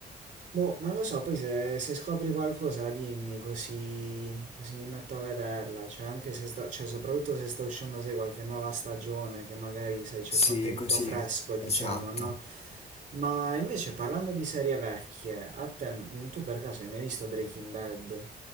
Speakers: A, on the right; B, on the left.
A: boh, non lo so, poi se, se scopri qualcosa dimmi così, così mi metto a vederla, cioè anche se sta, cioè soprattutto se sta uscendo, sai, qualche nuova stagione che magari, sai, c'è
B: Sì,
A: contenuto
B: così,
A: fresco, diciamo,
B: esatto.
A: no? Ma invece parlando di serie vecchie, a te, mm, tu per caso hai mai visto Breaking Bad?